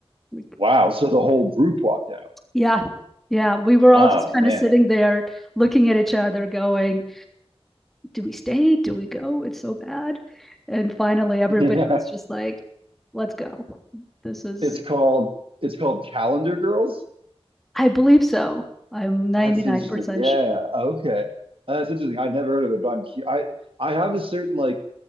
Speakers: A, in the centre; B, on the right (about 60°).
A: We,
B: Wow. So the whole group walked out.
A: Yeah. Yeah. We were
B: Oh
A: all just kind
B: man.
A: of sitting there looking at each other, going, Do we stay? Do we go? It's so bad. And finally, everybody
B: <laughs> Yeah,
A: was just like, Let's go. This is,
B: it's called it's called Calendar Girls.
A: I believe so. I'm 99%
B: That's interesting. Yeah.
A: sure.
B: Okay. Uh, That's interesting. I'd never heard of it, but I'm, cu- I I have a certain like